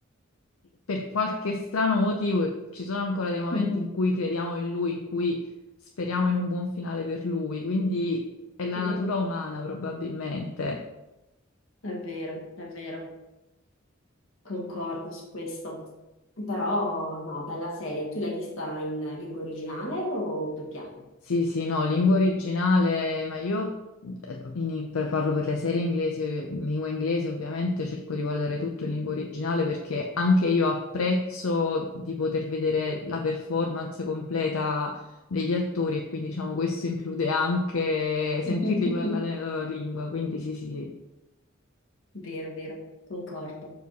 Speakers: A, on the left; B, on the left.
A: per qualche strano motivo ci sono ancora dei momenti
B: Mhm.
A: in cui crediamo in lui, in cui speriamo in un buon finale per lui, quindi è la
B: Sì.
A: natura umana probabilmente.
B: È vero, è vero, concordo su questo. Però, no, bella serie. Tu l'hai vista in lingua originale o doppiata?
A: Sì, sì, no, lingua originale, ma io eh, in- per farlo per le serie inglesi, in lingua inglese ovviamente cerco di guardare tutto in lingua originale perché anche io apprezzo di poter vedere la performance completa degli attori e quindi diciamo questo include anche sentirli
B: <laughs>
A: parlare nella loro lingua, quindi sì, sì, sì.
B: Vero, vero, concordo.